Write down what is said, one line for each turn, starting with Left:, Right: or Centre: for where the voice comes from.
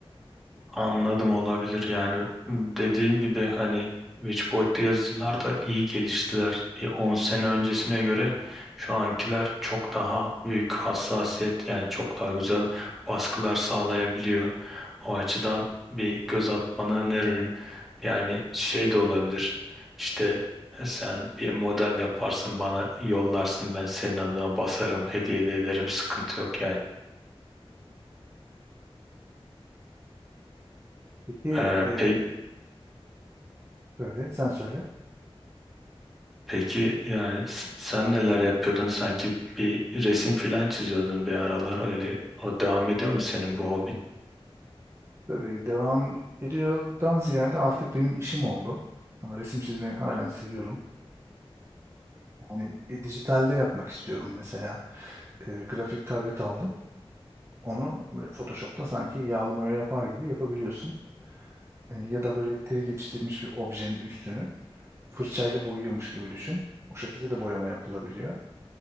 Centre: Anladım olabilir yani dediğim gibi hani 3 boyutlu yazıcılar da iyi geliştiler. Bir 10 sene öncesine göre şu ankiler çok daha büyük hassasiyet yani çok daha güzel baskılar sağlayabiliyor. O açıdan bir göz atmanı öneririm. Yani şey de olabilir işte e, sen bir model yaparsın bana yollarsın ben senin adına basarım hediye de ederim sıkıntı yok yani.
Right: Peki
Centre: Ee,
Right: e,
Centre: pe-
Right: böyle sen söyle.
Centre: Peki yani s- sen neler yapıyordun? Sanki bir resim filan çiziyordun bir aralar öyle. O devam ediyor mu senin bu hobin?
Right: Tabii devam ediyordan ziyade artık benim işim oldu. Ama resim çizmeyi halen seviyorum. Yani e, dijitalde yapmak istiyorum mesela. E, grafik tablet aldım. Onu böyle Photoshop'ta sanki yağlı boya yapar gibi yapabiliyorsun. E, ya da böyle 3D çizilmiş bir objenin üstünü fırçayla boyuyormuş gibi düşün. O şekilde de boyama yapılabiliyor.